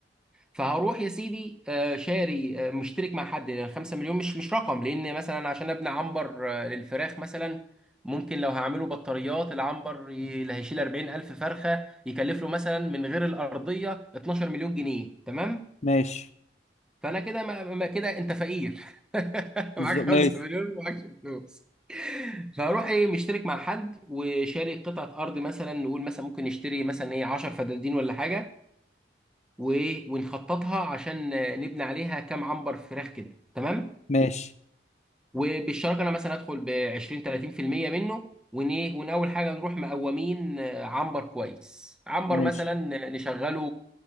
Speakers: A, in the centre; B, on the left.
A: فهروح يا سيدي آه، شاري آه، مشترك مع حد لان 5 مليون مش مش رقم لان مثلا عشان ابني عنبر آه، للفراخ مثلا ممكن لو هعمله بطاريات العنبر ي- اللي هيشيل 40000 فرخه يكلف له مثلا من غير الارضيه 12 مليون جنيه تمام
B: ماشي
A: فانا كده ما ما- كده انت فقير <laughs>
B: بالظبط
A: معاك
B: ماشي
A: 5 مليون ومعاكش فلوس فاروح ايه مشترك مع حد وشاري قطعه ارض مثلا نقول مثلا ممكن نشتري مثلا ايه 10 فدادين ولا حاجه و- ونخططها عشان نبني عليها كام عنبر فراخ كده تمام
B: ماشي
A: وبالشراكه انا مثلا ادخل ب 20 30% منه ون إيه؟ ون اول حاجه نروح مقومين آه، عنبر كويس عنبر
B: ماشي
A: مثلا نشغله